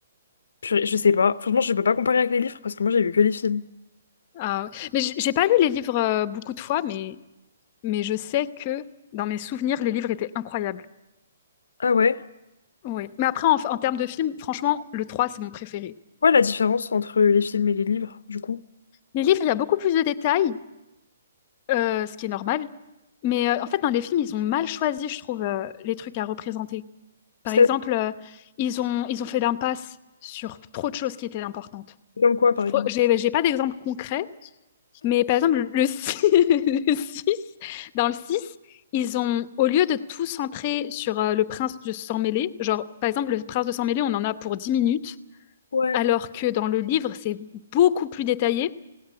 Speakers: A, on the left; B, on the left.
A: Purée, je sais pas. Franchement, je peux pas comparer avec les livres parce que moi, j'ai vu que les films.
B: Euh, mais j- j'ai pas lu les livres euh, beaucoup de fois, mais, mais je sais que dans mes souvenirs, les livres étaient incroyables.
A: Ah ouais?
B: Oui. Mais après, en, en termes de films, franchement, le 3 c'est mon préféré.
A: Ouais, la différence entre les films et les livres, du coup.
B: Les livres, il y a beaucoup plus de détails, euh, ce qui est normal. Mais euh, en fait, dans les films, ils ont mal choisi, je trouve, euh, les trucs à représenter.
A: C'est
B: Par exemple, euh, ils ont, ils ont fait l'impasse sur trop de choses qui étaient importantes.
A: comme quoi, par exemple?
B: J'ai j'ai pas d'exemple concret, mais par exemple, le 6 <laughs> le 6, dans le 6, ils ont, au lieu de tout centrer sur euh, le prince de sang mêlé, genre, par exemple, le prince de sang mêlé, on en a pour 10 minutes,
A: Ouais.
B: alors que dans le livre, c'est beaucoup plus détaillé.